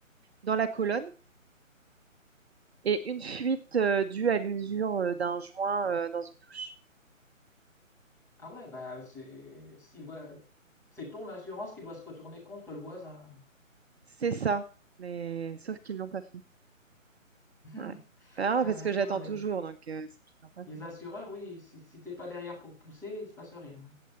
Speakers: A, on the right (about 50°); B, in the centre.
A: dans la colonne. et une fuite euh, due à l'usure euh, d'un joint euh, dans une douche.
B: Ah ouais, bah c'est s'il voit, c'est ton assurance qui doit se retourner contre le voisin.
A: C'est ça, mais sauf qu'ils l'ont pas fait.
B: <laughs>
A: Ouais. Ah,
B: Ouais,
A: parce
B: ouais,
A: que j'attends
B: non, les,
A: toujours, donc euh, c'est qu'ils l'ont pas
B: les
A: fait.
B: assureurs, oui, si, si t'es pas derrière pour pousser, il se passe rien.